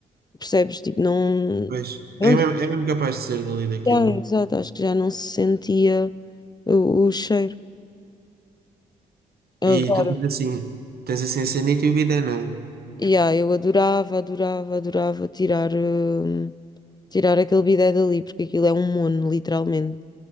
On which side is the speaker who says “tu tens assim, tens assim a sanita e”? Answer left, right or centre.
Right